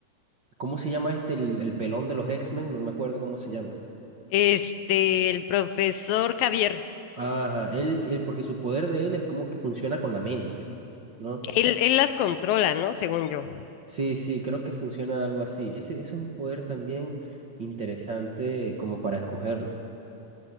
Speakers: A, on the right; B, on the left.
A: ¿cómo se llama este? El, el pelón de los X-Men, no me acuerdo cómo se llama.
B: Este, el profesor Javier,
A: Ajá, él, él- porque su poder de él es como que funciona con la mente, ¿no?
B: él, él las controla, ¿no? Según yo.
A: Sí, sí, creo que funciona algo así. Ese, ese es un poder también interesante como para escogerlo.